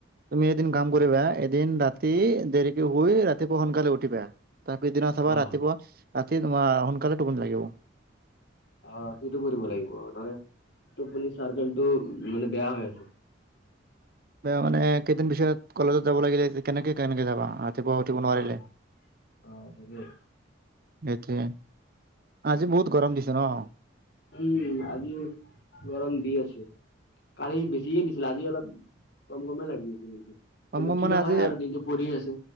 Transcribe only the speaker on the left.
অ'
অ' সেইটো কৰিব লাগিব নহ'লে টোপনি চাৰ্কেলটো মানে বেয়া হৈ আছে।
অ', অ' তাকেই।
উম, আজি গৰম দি আছে। কালি বেছিয়ে দিছিল, আজি অলপ কম কমে লাগি আছে কিন্তু। কিন্তু
কিবা
হয়
আৰু দিনটো পৰি আছে।